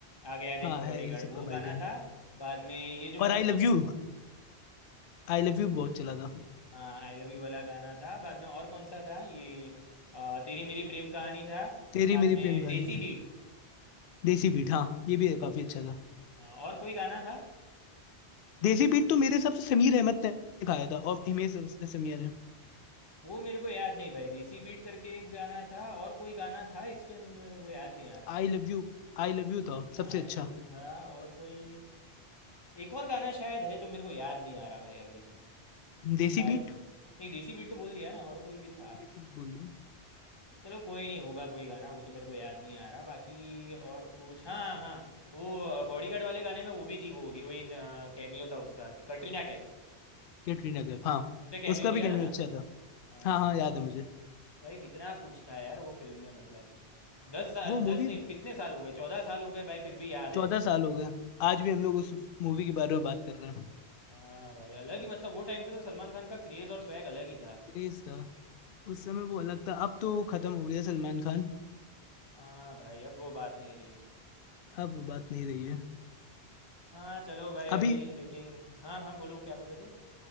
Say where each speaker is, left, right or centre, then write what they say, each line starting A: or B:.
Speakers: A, on the left; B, on the left.
A: आ गया
B: हाँ
A: देखो बॉडीगार्ड
B: है ये सबका
A: वो गाना
B: भाईजान
A: था बाद में ये जो मैंने
B: और I
A: बताया
B: love you
A: ना
B: I love you बहुत चला था
A: हाँ आई लव यू वाला गाना था बाद में और कौन सा था ये अ, तेरी मेरी प्रेम कहानी था
B: तेरी
A: बाद
B: मेरी
A: में
B: प्रेम कहानी
A: देसी बीट
B: देसी बीट हाँ ये भी काफी अच्छा था
A: अ, और कोई गाना था
B: देसी बीट तो मेरे हिसाब से समीर अहमद ने गाया था और हिमेश उसने समीर ने
A: वो मेरे को याद नहीं भाई देसी बीट करके एक गाना था और कोई गाना था इसके अंदर वो याद नहीं आ रहा
B: I love you I love you था सबसे
A: आई
B: अच्छा
A: लव यू था और कोई एक और गाना शायद है जो मेरे को याद नहीं आ रहा भाई अभी
B: देसी
A: शायद
B: बीट
A: से नहीं देसी बीट तो बोल दिया ना और कोई भी था
B: देसी बीट बोल रही है
A: चलो कोई नहीं होगा कोई गाना वो तो मेरे को याद नहीं आ रहा बाकी और कुछ हाँ हाँ वो बॉडीगार्ड वाले गाने में वो भी थी वो हीरोइन कैमियो था उसका कटरीना कैफ
B: कैटरीना कैफ हाँ
A: उसने कैमियो
B: उसका
A: दिया
B: भी कैमियो
A: था ना
B: अच्छा था
A: हाँ हाँ,
B: हाँ हाँ
A: हाँ।
B: याद है मुझे
A: भाई कितना कुछ था यार वो फिल्म में मतलब दस साल
B: वो मूवी
A: दस नहीं कितने साल हो गए चौदह साल हो गए भाई फिर भी याद है
B: चौदह साल हो गए आज भी हम लोग उस मूवी के बारे में बात कर रहे हैं
A: हाँ भाई अलग ही मतलब वो टाइम पे तो सलमान खान का क्रेज़ और स्वैग अलग ही था
B: क्रेज था उस समय वो अलग था अब तो खत्म हो गया सलमान खान
A: हाँ भाई अब वो बात नहीं रही
B: अब वो बात नहीं रही है
A: हाँ चलो भाई अभी
B: अभी
A: लेकिन हाँ हाँ बोलो क्या बोल रहे थे